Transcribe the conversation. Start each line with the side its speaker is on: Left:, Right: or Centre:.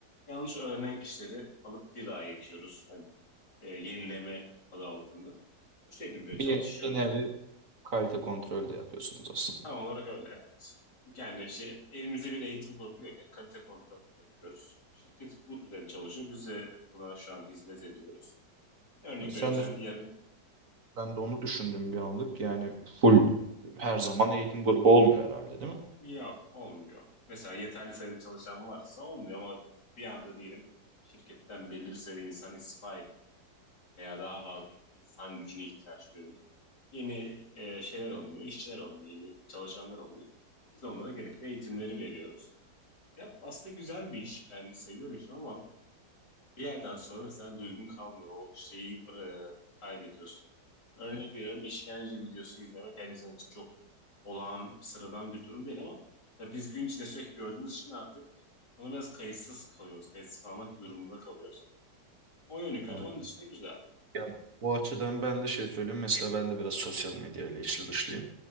Left: Yanlış öğrenen kişileri alıp bir daha eğitiyoruz. Yani, e, yenileme adı altında. Bu şekilde
Right: Bir,
Left: çalışıyoruz.
Right: bir nevi kalite kontrolü de yapıyorsunuz aslında.
Left: Tam olarak öyle evet. Yani şey, elimizde bir eğitim grubu yokken kalite kontrol yapıyoruz. Şirket bu üzerine çalışıyor. Biz de buna şu an hizmet ediyoruz. Örnek veriyorum
Right: Sen
Left: sen
Right: de
Left: yarın
Right: Ben de onu düşündüm bir anlık. Yani full her zaman eğitim grubu olmuyor herhalde değil mi?
Left: Yok olmuyor. Mesela yeterli sayıda çalışan varsa olmuyor ama bir anda diyelim şirketten belli bir sayıda insan istifa etti veya daha fazla insan gücüne ihtiyaç duyuldu. Yeni e, şeyler alınıyor, işçiler alınıyor, yeni çalışanlar alınıyor. Biz onlara gerekli eğitimleri veriyoruz. Ya aslında güzel bir iş. Ben seviyorum işimi ama bir yerden sonra mesela duygun kalmıyor. O şeyi bıra- kaybediyorsun. Örnek veriyorum işkence videosu izlemek her insan için çok olağan sıradan bir durum değil ama tabii biz gün içinde sürekli gördüğümüz için artık ona biraz kayıtsız kalıyoruz. Kayıtsız kalmak durumunda kalıyoruz. O yönü kötü.
Right: Aynen.
Left: Onun dışında güzel.
Right: Yani bu açıdan ben de şey söyleyeyim. Mesela ben de biraz sosyal medyayla içli dışlıyım.